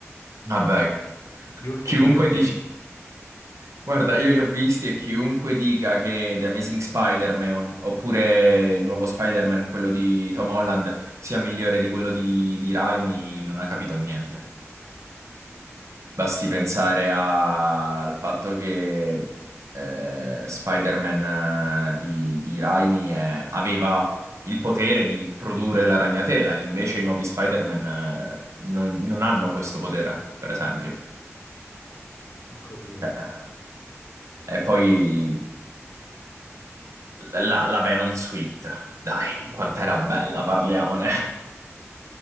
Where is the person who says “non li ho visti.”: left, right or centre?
Left